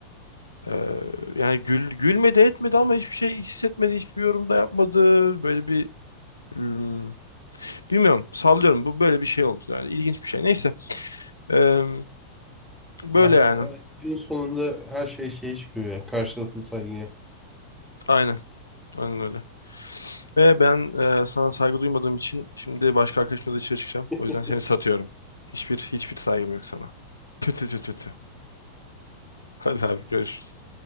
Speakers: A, on the left; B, in the centre.
A: Ee, yani gül, gülmedi etmedi ama hiçbir şey hissetmedi. Hiçbir yorum da yapmadı. Böyle bir hmm, bilmiyorum sallıyorum. Bu böyle bir şey oldu yani. İlginç bir şey. Neyse. Ee, böyle
B: Ya
A: yani.
B: o, o en sonunda her şey şeye çıkıyor ya. Karşılıklı saygıya.
A: Aynen. Aynen öyle. Ve ben e, sana saygı duymadığım için şimdi başka arkadaşımla dışarı çıkacağım.
B: <laughs>
A: O yüzden seni satıyorum. Hiçbir hiçbir saygım yok sana. Tü tü tü tü tü. Hadi abi görüşürüz.